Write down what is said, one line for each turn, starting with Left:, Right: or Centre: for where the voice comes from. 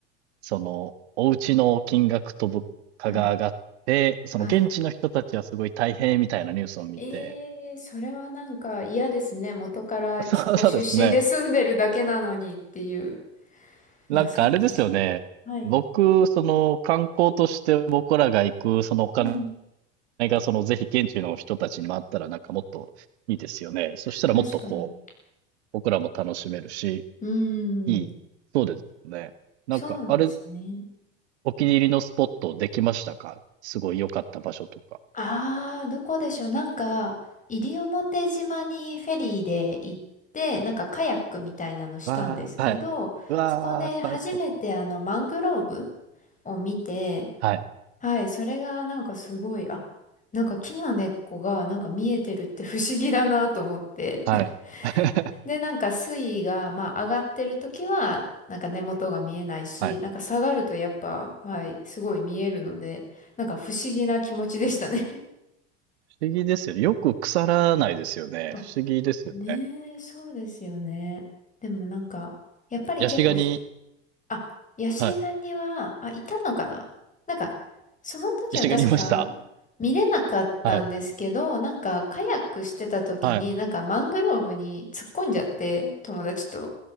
Right: その、お家の金額と物価が上がって、
Left: はい、
Right: その現地の人たちはすごい大変みたいなニュースを見て、
Left: はい。ええそれはなんか嫌ですね。元からそこ出身で住んでるだけなのにっていう。
Right: <laughs> そうそうですね。
Left: まあそうですよ。
Right: なんかあれですよね。
Left: はい。
Right: 僕、その観光として僕らが行く、そのお金
Left: うん。
Right: が、そのぜひ現地の人たちにもあったらなんかもっといいですよね。そしたらもっとこ
Left: 確かに。
Right: う、僕らも楽しめるし、
Left: うー
Right: いい。
Left: ん。
Right: そうですよね。なんか、
Left: そうですね。
Right: あれ、お気に入りのスポットできましたかすごい良かった場所とか。
Left: ああー、どこでしょう。なんか、西表島にフェリーで行って、なんかカヤックみたいなのしたんですけど、
Right: わあ、はい。うわあ、
Left: そこで初めてあのマングローブ
Right: 最高。
Left: を見て、
Right: はい、
Left: はい、それがなんかすごい、あ、なんか木の根っこがなんか見えてるって不思議だなと思って。
Right: はい。<laughs>
Left: <laughs> で、なんか水位が、まあ上がってる時は、なんか根元が見えないし、
Right: はい。
Left: なんか下がるとやっぱ、はい、すごい見えるので、なんか不思議な気持ちでしたね。
Right: 不思議ですよね。よく腐らないですよね。
Left: <laughs> あ
Right: 不思議ですよね。
Left: ねえ、そうですよね。でもなんか、やっぱり結構し
Right: ヤシガニ、
Left: あ、ヤシガニは、
Right: はい。
Left: あ、いたのかななんか、その時は確か見れなかったんですけど、
Right: ヤシガニいましたはい。
Left: なんかカヤックしてた時になんかマングローブに突っ込んじゃって、
Right: はい。
Left: 友達と。